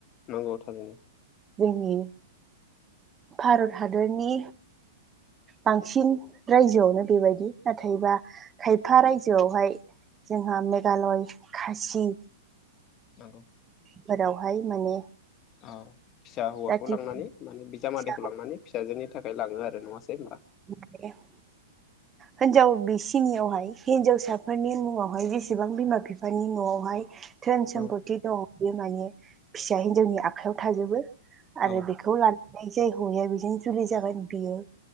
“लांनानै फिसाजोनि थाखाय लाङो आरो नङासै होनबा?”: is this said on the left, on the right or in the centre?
Left